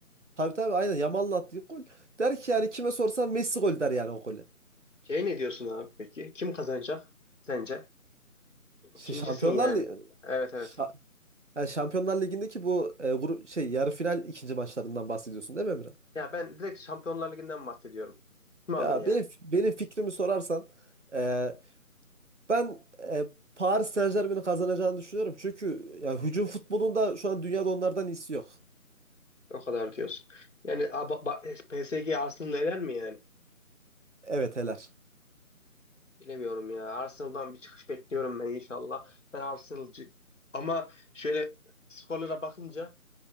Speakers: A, on the right; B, on the left.
A: Tabii tabii aynen Yamal'ın attığı gol. Der ki yani kime sorsan Messi gol der yani o golü.
B: Şey ne diyorsun abi peki? Kim kazanacak sence?
A: Şey,
B: Kimcisin
A: Şampiyonlar
B: yani?
A: Ligi,
B: Evet evet.
A: Şa- yani Şampiyonlar Ligi'ndeki bu e, grup şey yarı final ikinci maçlarından bahsediyorsun değil mi Emre?
B: Ya ben direkt Şampiyonlar Ligi'nden bahsediyorum. Kim alır
A: Ya
B: yani?
A: benim benim fikrimi sorarsan e, ben e, Paris Saint-Germain'in kazanacağını düşünüyorum. Çünkü ya hücum futbolunda şu an dünyada onlardan iyisi yok.
B: O kadar diyorsun. Yani a, ba- ba- PSG Arsenal eler mi yani?
A: Evet Heler.
B: Bilemiyorum ya. Arsenal'dan bir çıkış bekliyorum ben inşallah. Ben Arsenal'cı. Ama şöyle skorlara bakınca